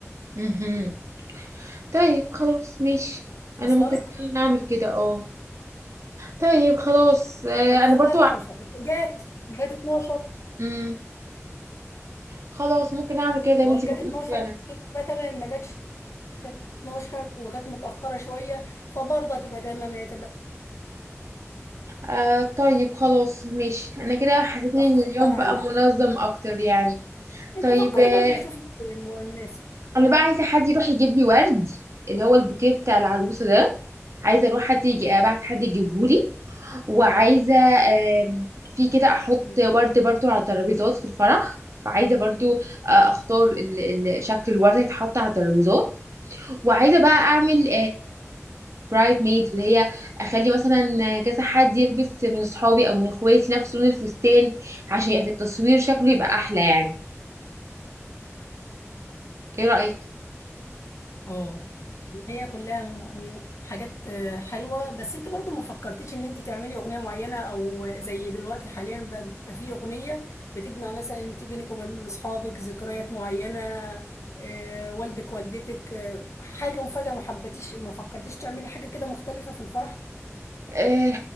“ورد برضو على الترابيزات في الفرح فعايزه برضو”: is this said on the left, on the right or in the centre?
Right